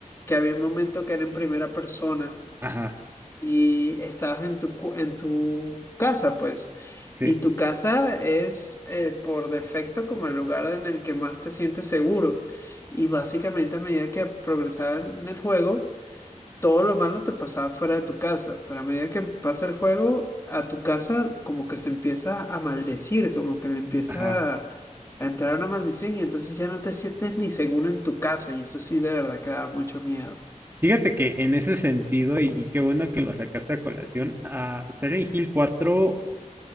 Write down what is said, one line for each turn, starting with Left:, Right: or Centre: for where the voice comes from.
Left: que había un momento que era en primera persona
Right: Ajá,
Left: y estabas en tu, cu- en tu casa, pues.
Right: sí,
Left: Y tu casa es eh, por defecto como el lugar en el que más te sientes seguro. Y básicamente a medida que progresaba en el juego todo lo malo te pasaba fuera de tu casa, pero a medida que pasa el juego, a tu casa como que se empieza a maldecir, como que le empieza
Right: ajá.
Left: a a entrar una maldición y entonces ya no te sientes ni seguro en tu casa y eso sí de verdad que da mucho miedo.
Right: Fíjate que en ese sentido, y, y qué bueno que lo sacaste a colación, a Silent Hill 4